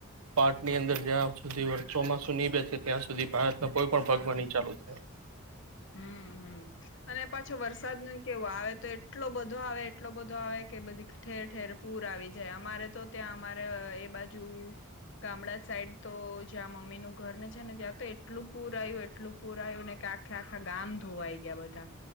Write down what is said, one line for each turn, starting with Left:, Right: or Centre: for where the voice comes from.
Right: પાર્ટની અંદર જ્યાં સુધી
Left: હમ
Right: ચોમાસું નહીં બેસે ત્યાં સુધી ભારતના કોઈ પણ ભાગમાં
Left: હમ
Right: નહીં ચાલુ થાય.
Left: હમ હમ અને પાછું વરસાદનું ય કેવું, આવે તો એટલો બધો આવે એટલો બધો આવે કે બધી ઠેર ઠેર પૂર આવી જાય, અમારે તો ત્યાં અમારે એ બાજુ ગામડા સાઈડ તો જ્યાં મમ્મીનું ઘર ને છે ને ત્યાં તો એટલું પૂર આયવું એટલું પૂર આયવું ને કે આખા આખા ગામ ધોવાઈ ગ્યા બધા,